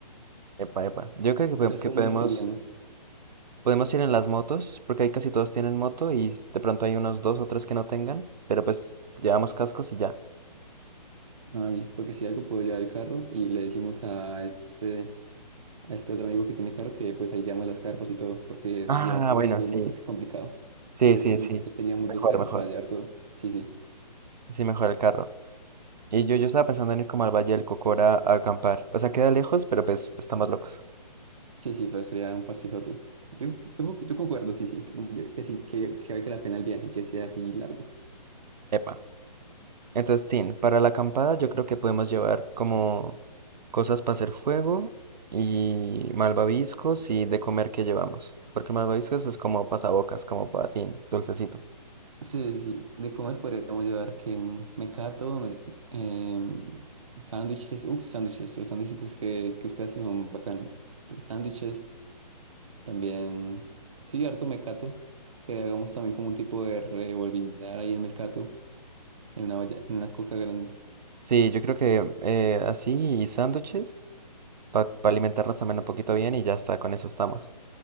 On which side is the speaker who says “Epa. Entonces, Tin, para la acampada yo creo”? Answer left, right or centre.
Right